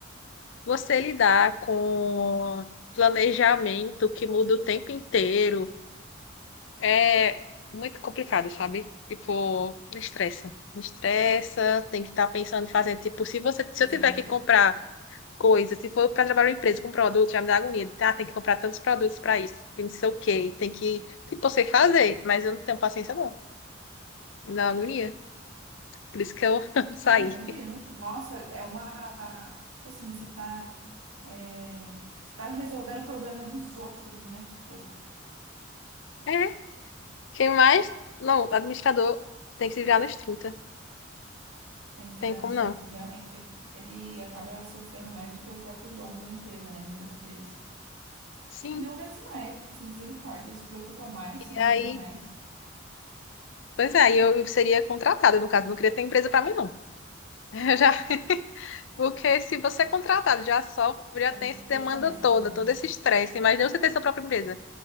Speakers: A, on the left (about 65°); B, on the right (about 85°).
A: você lidar com planejamento que muda o tempo inteiro é muito complicado, sabe? Tipo, me estressa. Me estressa, tem que estar pensando em fazer. Tipo, se você, se
B: Isso
A: eu tiver
B: mesmo.
A: que comprar coisa. Se for para trabalhar em uma empresa com produto, já me dá agonia. Ah, tem que comprar tantos produtos para isso. E não sei o quê. Tem que. Tipo, eu sei fazer, mas eu não tenho paciência, não. Me dá agonia. Por isso que eu <laughs> saí.
B: Ah, eu imagino. Nossa, é uma. Tipo assim, você tá. É, você tá resolvendo o problema dos outros, né? Tipo,
A: É. Quem mais? Não, administrador tem que se virar nos 30.
B: tem que
A: Tem
B: se virar
A: como
B: nos trinta,
A: não?
B: Realmente, ele, ele acaba sofrendo mais do que o próprio dono da empresa, né? Muitas das vezes.
A: Sim.
B: Mil vezes mais. Misericórdia. Se preocupa mais,
A: E
B: se empenha
A: aí.
B: mais.
A: Pois é, aí eu seria contratada, no caso. Não queria ter empresa para mim, não. Eu já. <laughs> Porque se você é contratado, já só já tem
B: Dor
A: essa demanda
B: de cabeça
A: toda,
B: também.
A: todo esse estresse. Imagina você ter sua própria empresa.